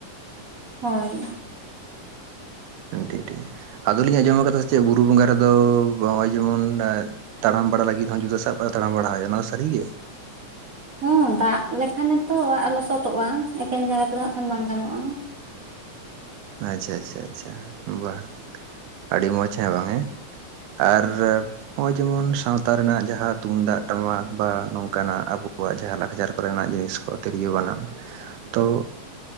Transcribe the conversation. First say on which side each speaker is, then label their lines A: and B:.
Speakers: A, on the right; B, on the right.
A: ᱦᱳᱭ
B: ᱦᱮᱸ ᱴᱷᱤᱠ ᱴᱷᱤᱠ ᱟᱫᱚᱞᱤᱧ ᱟᱸᱡᱚᱢ ᱠᱟᱫᱟ ᱪᱮᱫ ᱵᱩᱨᱩ ᱵᱚᱸᱜᱟ ᱨᱮᱫᱚ ᱱᱚᱜᱼᱚᱭ ᱡᱮᱢᱚᱱ ᱛᱟᱲᱟᱢ ᱵᱟᱲᱟ ᱞᱟᱹᱜᱤᱫ ᱦᱚᱸ ᱡᱩᱛᱟᱹ ᱥᱟᱵ ᱛᱟᱲᱟᱢ ᱵᱟᱲᱟ ᱦᱩᱭᱩᱜᱼᱟ ᱚᱱᱟ ᱫᱚ ᱥᱟᱹᱨᱤᱜᱮ
A: ᱦᱚᱸ ᱫᱟᱜ ᱞᱮᱠᱷᱟᱱᱮᱛᱚ ᱟᱜ ᱞᱚᱥᱚᱫᱚᱜᱼᱟ ᱮᱠᱮᱱ ᱡᱟᱸᱜᱟ ᱛᱮᱫᱚ ᱦᱟᱸᱜ ᱠᱟᱹᱢᱤ ᱵᱟᱝ ᱜᱟᱱᱚᱜᱼᱟ
B: ᱟᱪᱪᱷᱟ ᱟᱪᱷᱟ ᱟᱪᱷᱟ ᱵᱟ ᱟᱹᱰᱤ ᱢᱚᱡᱽ ᱦᱮ ᱵᱟᱝ ᱦᱮᱸ ᱟᱨ ᱱᱚᱣᱟ ᱡᱮᱢᱚᱱ ᱥᱟᱶᱛᱟ ᱨᱮᱱᱟᱜ ᱱᱚᱣᱟ ᱡᱟᱦᱟᱸ ᱛᱩᱢᱫᱟᱜ ᱴᱟᱢᱟᱠ ᱵᱟ ᱱᱚᱝᱠᱟᱱᱟᱜ ᱟᱵᱚᱣᱟᱜ ᱡᱟᱦᱟᱸ ᱞᱟᱠᱪᱟᱨ ᱠᱚᱨᱮᱱᱟᱜ ᱡᱤᱱᱤᱥ ᱛᱤᱨᱭᱳ ᱵᱟᱱᱟᱢ ᱛᱚ